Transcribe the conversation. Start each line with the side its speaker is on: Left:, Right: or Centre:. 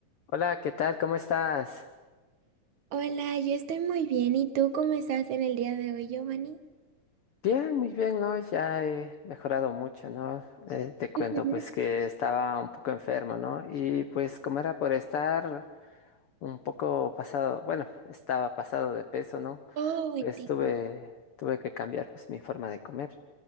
Left: Hola, ¿qué tal? ¿Cómo estás?
Right: Hola, yo estoy muy bien. ¿Y tú cómo estás en el día de hoy, Giovanni?
Left: Bien, muy bien, ¿no? Ya he mejorado mucho, ¿no? Eh, te cuento,
Right: Ujú.
Left: pues que estaba un poco enfermo, ¿no? Y pues como era por estar un poco pasado, bueno, estaba pasado de peso, ¿no?
Right: Oh, entiendo.
Left: Pues tuve, tuve que cambiar pues mi forma de comer.